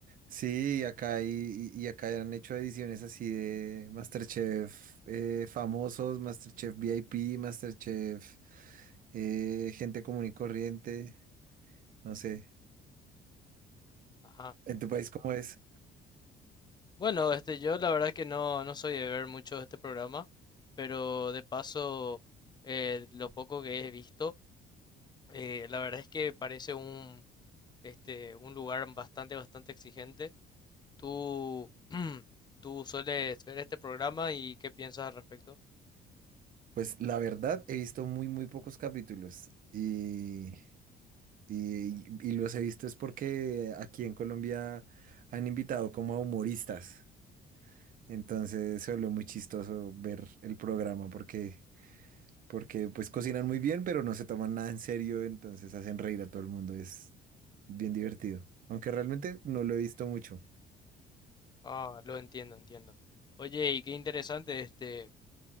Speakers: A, on the right (about 55°); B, on the left (about 25°).
A: sí, acá hay, y y acá han hecho ediciones así de MasterChef eh, famosos, MasterChef VIP, MasterChef eh, gente común y corriente, no sé.
B: Ajá.
A: ¿En tu país cómo es?
B: Bueno, este, yo la verdad que no, no soy de ver mucho este programa, pero de paso, eh, lo poco que he visto, eh, la verdad es que parece un, este, un lugar bastante, bastante exigente. ¿Tú, <clears throat> tú sueles ver este programa y qué piensas al respecto?
A: Pues la verdad, he visto muy, muy pocos capítulos y... Y, y los he visto es porque aquí en Colombia han invitado como a humoristas. Entonces se volvió muy chistoso ver el programa porque, porque pues cocinan muy bien, pero no se toman nada en serio, entonces hacen reír a todo el mundo. Es bien divertido. Aunque realmente no lo he visto mucho.
B: Ah, lo entiendo, entiendo. Oye, y qué interesante, este,